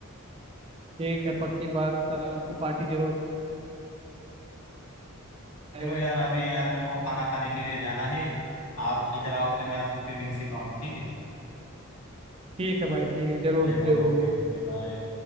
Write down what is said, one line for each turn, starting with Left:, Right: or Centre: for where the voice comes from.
Right: ठीक है पक्की बात आपको पार्टी जरूर आएगा
Left: चलो यार अभी यार मेरे को खाना खाने के लिए जाना है आप इधर आओ तो मैं आपको स्विमिंग सिखाऊंगा ठीक है
Right: ठीक है भाई ठीक है जरूर
Left: चलेगा
Right: जरूर
Left: ओके ओके बाय